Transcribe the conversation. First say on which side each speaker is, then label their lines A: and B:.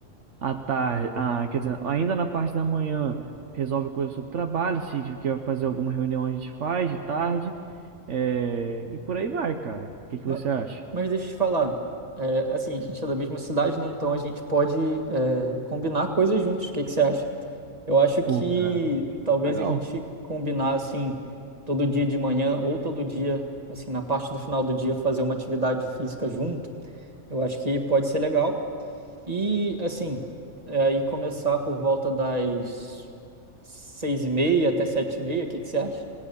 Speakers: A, on the right; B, on the right.
A: À tarde, ah, quer dizer, ainda na parte da manhã resolve coisa sobre trabalho. Se quer fazer alguma reunião a gente faz de tarde. É, e por aí vai, cara. O que que
B: Ma-
A: você acha?
B: Mas deixa eu te falar. É, assim, a gente é da mesma cidade, né? Então a gente pode, é, combinar coisas juntos. O que que você acha? Eu acho que
A: Pô, cara,
B: talvez
A: legal.
B: a gente combinar, assim, todo dia de manhã ou todo dia, assim, na parte do final do dia, fazer uma atividade física junto. Eu acho que pode ser legal. E, assim, é, aí começar por volta das seis e meia até sete e meia. O que que você acha?